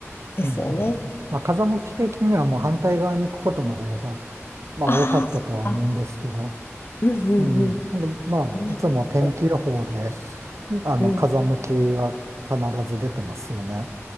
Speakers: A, on the left; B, on the right.
A: ですよね。
B: ねえ。まあ、風向き的にはもう反対側に行くことの方が、まあ、
A: ああ、
B: 多かったとは思うんですけど、
A: そっか。うんうんうん。
B: うん。で、まあ、
A: そんなこと
B: いつも天気予報で、あの、
A: うん。
B: 風向きは必ず出てますよね。